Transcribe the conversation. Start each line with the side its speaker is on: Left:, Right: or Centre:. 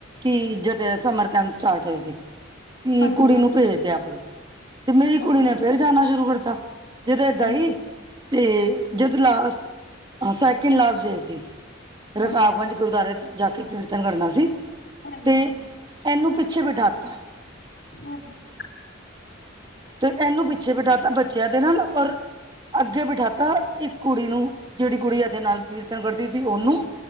Right: ਕੀ ਜਦ ਸਮਰ ਕੈਂਪ ਸਟਾਰਟ ਹੋਏ ਸੀ। ਕਿ
Left: ਹਾਂਜੀ
Right: ਕੁੜੀ ਨੂੰ ਭੇਜਦੇ ਕਰੋ ਤੇ ਮੇਰੀ ਕੁੜੀ
Left: ਹਾਂਜੀ
Right: ਨੇ ਫੇਰ ਜਾਣਾ ਸ਼ੁਰੂ ਕਰਤਾ। ਜਦੋਂ ਐ ਗਈ
Left: ਹਾਂਜੀ
Right: ਤੇ ਜਦੋਂ ਲਾਸਟ ਸੈਕਿੰਡ ਲਾਸਟ ਗਏ ਸੀ। ਰਕਾਵਗੰਜ
Left: ਹਾਂਜੀ
Right: ਗੁਰਦੁਆਰੇ ਦੀ ਜਾ ਕੇ ਕੀਰਤਨ ਕਰਨਾ ਸੀ।
Left: ਹਾਂਜੀ
Right: ਤੇ ਇਹਨੂੰ ਪਿੱਛੇ ਬੈਠਾਤਾ।
Left: <unintelligible>
Right: ਤੇ ਇਹਨੂੰ ਪਿੱਛੇ ਬਿਠਾਤਾ ਬੱਚਿਆਂ ਦੇ ਨਾਲ ਔਰ ਅੱਗੇ ਬਿਠਾਤਾ ਇੱਕ ਕੁੜੀ ਨੂੰ ਜਿਹੜੀ ਕੁੜੀ ਇਹਦੇ ਨਾਲ ਕੀਰਤਨ ਕਰਦੀ ਸੀ। ਉਹਨੂੰ